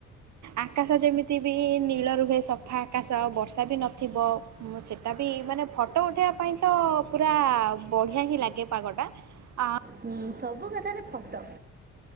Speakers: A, on the right (about 65°); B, on the right (about 30°).
A: ଆକାଶ ଯେମିତି ବି ନୀଳ ରୁହେ ସଫା ଆକାଶ ବର୍ଷା ବି ନଥିବ। ଉଁ ସେଇଟା ବି ମାନେ ଫଟୋ ଉଠେଇବା ପାଇଁ ତ ପୁରା ବଢ଼ିଆ ହିଁ ଲାଗେ ପାଗଟା। ଆ
B: ହୁଁ ସବୁ କଥାରେ ଫଟୋ।